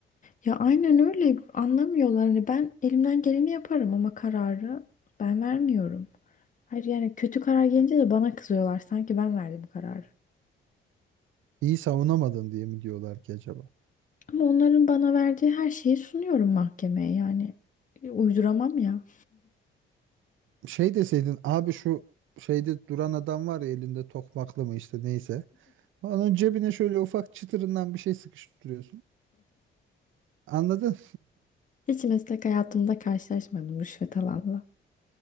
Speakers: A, on the left; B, on the right.
A: Ya aynen öyle anlamıyorlar. Hani ben elimden geleni yaparım ama kararı ben vermiyorum. Hayır yani kötü karar gelince de bana kızıyorlar sanki ben verdim kararı.
B: İyi savunamadın diye mi diyorlar ki acaba?
A: Ama onların bana verdiği her şeyi sunuyorum mahkemeye yani uyduramam ya.
B: Şey deseydin abi şu şeyde duran adam var ya elinde tokmaklı mı işte neyse. Onun cebine şöyle ufak çıtırından bir şey sıkıştırıyorsun. Anladın?
A: Hiç meslek hayatımda karşılaşmadım rüşvet alanla.